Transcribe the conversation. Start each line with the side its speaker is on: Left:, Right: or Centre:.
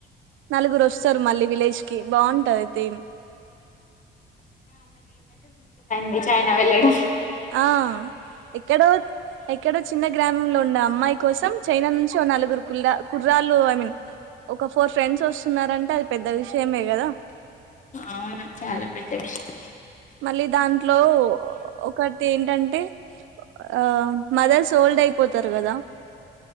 Right: నలుగురు వస్తారు మళ్ళీ విలేజ్ కి బాగుంటంది అయితే
Left: ల్య చైనా వెళ్ళాడం
Right: ఆ ఎక్కడో ఎక్కడో చిన్న గ్రామంలో ఉన్న అమ్మాయి కోసం చైనా నుంచి ఓ నలుగురు కుల్లా కుర్రాళ్ళు అని, ఒక ఫోర్ ఫ్రెండ్స్ వస్తున్నారంటే అది పెద్ద విషయమే కదా
Left: అవును చాలా పెద్ద విషయం
Right: మళ్ళీ దాంట్లో ఒకటి ఏంటంటే ఆ మదర్స్ హోల్డ్ అయిపోతారు కదా